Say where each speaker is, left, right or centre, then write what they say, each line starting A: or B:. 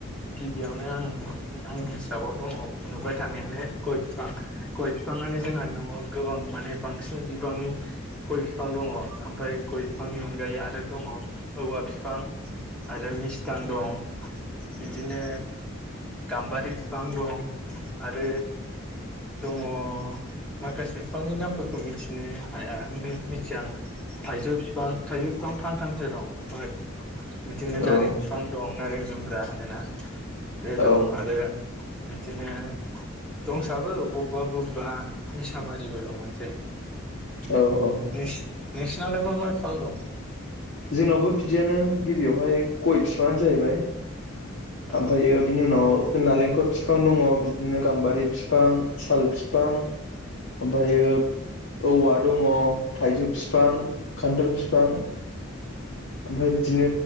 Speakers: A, in the centre; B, on the left.
A: गिबियावनो आं -आंनि हिसाबाव दङ नुबाय थानायानो गय बिफां- गय बिफाङानो जोंहा न'आव गोबां माने बांसिन बिबांनि गय बिफां दङ ओमफ्राय गय बिफांनि अनगायै आरो दङ औवा बिफां आरो मिस थां दं बिदिनो गाम्बारि बिफां दं आरो दङ माखासे बिफांनि नामफोरखौ मिथिनो हाया मिथिया आं थाइजौ बिफां थाइजौ बिफां फांथामसो दं ओमफ्राय बिदिनो नारें
B: औ
A: बिफां दं नारें जुमब्रा होनोना बे दं
B: औ
A: आरो बिदिनो दंसाबो बबेबा- बबेबा मिसामारिबो दं मोनसे
B: औ औ
A: न नोंसिनावलाय मा- मा बिफां दं?
B: जोंनावबो बिदियानो गिबियावहाय गय बिफायानो जाहैबाय।
A: औ
B: ओमफ्रायो बिनि उनाव नालेंखल बिफां दङ। बिदिनो गाम्बारि फिफां, साल फिफां ओमफ्रायो औवा दङ थाइजौ फिफां, खान्दोल फिफां ओमफ्राय बिदिनो